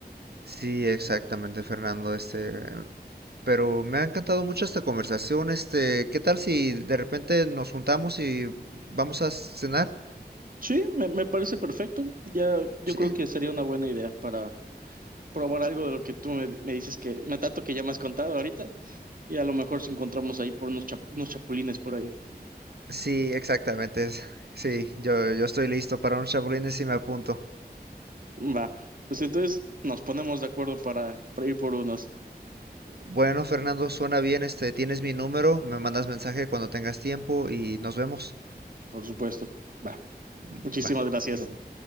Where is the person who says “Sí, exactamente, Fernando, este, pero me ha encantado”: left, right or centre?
Right